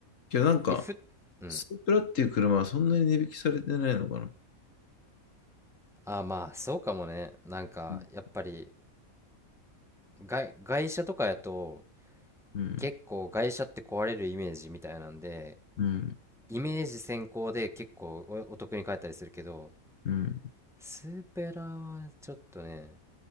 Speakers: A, on the left (about 65°); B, in the centre.
A: けどなんか、
B: え、ふ、うん。
A: スープラっていう車はそんなに値引きされてないのかな。
B: ああ、まあ、そうかもね。なんか、
A: うん、
B: やっぱり、外、外車とかやと、
A: うん、
B: 結構外車って壊れるイメージみたいなんで、
A: うん、
B: イメージ先行で結構お、お得に買えたりするけど、
A: うん。
B: スーペラはちょっとね、